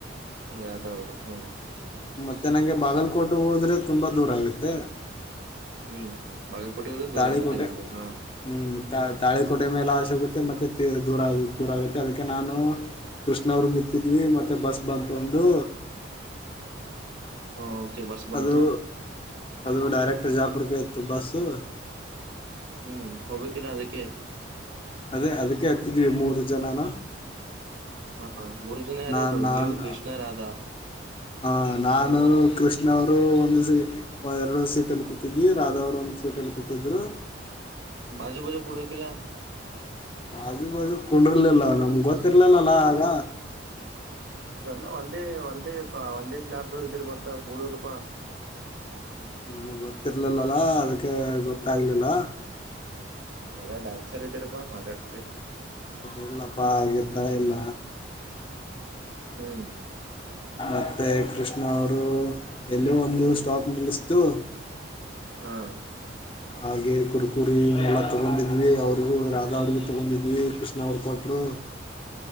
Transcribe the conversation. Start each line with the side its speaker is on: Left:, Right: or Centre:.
Right: ಯದಾವ್ರು ಹ್ಮ್
Left: ಮತ್ತೆ ನಂಗೆ ಬಾಗಲ್ಕೋಟೆ ಹೋದ್ರೆ ತುಂಬಾ ದೂರ ಆಗುತ್ತೆ.
Right: ಹ್ಮ್ ಬಾಗಲಕೋಟೆ ಹೋದ್ರೆ
Left: ತಾಳಿಕೋಟೆ
Right: ದೂರ ಆಗುತ್ತೆ ನಿಮ್ಗೆ ಹಾ
Left: ಹ್ಮ್ ತಾಳಿಕೋಟೆ ಮೇಲೆ ಅಸು ಮತ್ತ ಮತ್ತೆ ದೂರ ದೂರ ಆಗುತ್ತೆ ಅದಕ್ಕೆ ನಾನು ಕೃಷ್ಣ ಅವರು ನಿಂತಿದ್ವಿ ಮತ್ತೆ ಬಸ್ ಬಂತ ಒಂದು.
Right: ಹ ಓಕೆ ಬಸ್ ಬಂತು
Left: ಅದು ಅದು ಡೈರೆಕ್ಟ್ಜಾಪುರ್ಕ್ಕೆ ಮತ್ತು ಬಸ್ಸು
Right: ಹ್ಮ್ ಹೋಗಬಕ್ಕಿನ ಅದಕ್ಕೆ
Left: ಅದೇ ಅದಕ್ಕೆ ಹತಿದ್ವಿ ಮೂರು ಜನಾನ
Right: ಹ ಮೂರು ಜನ ಯಾರಾರು
Left: ನಾ ನಾನು
Right: ನೀವು ಕೃಷ್ಣ ರಾಧಾ
Left: ಹ ನಾನು ಕೃಷ್ಣ ರು ಒಂದು ಎರಡು ಸೀಟ್ಲ್ಲಿ ಕೂತಿದ್ವಿ ರಾಧಾ ಅವ್ರು ಒಂದು ಸೀಟ್ ಅಲ್ಲಿ ಕೂತಿದ್ರು.
Right: ಬಾಜು ಬಾಜು ಪಡುವ ಕಲ್ಲ
Left: ಮಾಜು ಬಾಜು ಕಂಡಿರ್ಲಿಲ್ಲ ನಮ್ಗ್ ಗೊತ್ತಿರ್ಲಿಲ್ಲಲಾ ಆಗ
Right: ಇಲ್ಲ ಒಂದೇ ಒಂದೇ ಒಂದೇ ಕ್ಲಾಸ್ ದೋರ ಇದ್ರ ಮತ್ತೇನ್ಡ್ಬೇಕಪ್ಪಾ.
Left: ನಮಗ್ ಗೊತ್ತಿರ್ಲಿಲ್ಲಲ ಅದಕ್ಕೆ ಗೊತ್ತಾಗ್ಲಿಲ್ಲ.
Right: ಮದ ಡ್ಯಾನ್ಸರ್ ಇದ್ದೀರಪ್ಪಾ ಮಾತಾಡ್ತರಿ?
Left: ಅಲ್ಲಪ್ಪ ಆಗಿತರ ಇಲ್ಲ
Right: ಹ್ಮ್
Left: ಮತ್ತೆ ಕೃಷ್ಣ ಅವರು ಎಲ್ಲೋ ಒಂದು ಸ್ಟಾಕ್ ನಿಲ್ಲಿಸತು.
Right: ಹಾ
Left: ಹಾಗೆ ಕುರ್ಕುರಿ ಎಲ್ಲ ತಗೊಂಡಿದ್ವಿ, ಅವ್ರಿಗೂ ರಾಧಾ ಅವ್ರಗೂ ತಗೊಂಡಿದ್ವಿ ಕೃಷ್ಣ ಅವ್ರ ಕೊಟ್ರು.